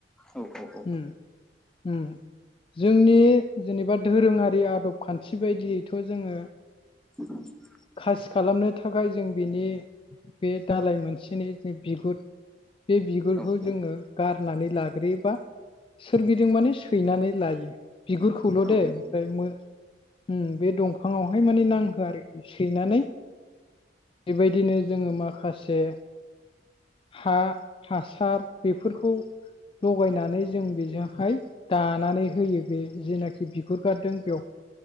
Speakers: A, in the centre; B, on the left.
A: औ औ औ
B: उम उम। जोंनि जेनेबा धोरोङारि आदब खान्थि बायदियैथ' जोङो।
A: <unintelligible>
B: खासि खालामनो थाखाय जों बिनि बे दालाय मोनसेनि जे बिगुर बे बिगुरखौ
A: औ औ
B: जोङो गारनानै लाग्रोयोबा । सोरगिदिं माने सैनानै लायो। बिगुरखौल'
A: नंगौ
B: दे
A: औ
B: ओमफ्राय मो उम बे दं फाङावहाय माने नांहोआरोखि सैनानै बेबायदिनो जोङो माखासे। हा हासार बेफोरखौ लगायनानै जों बेजोंहाय । दानानै होयो बे जेनाखि बिगुर गारदों बेव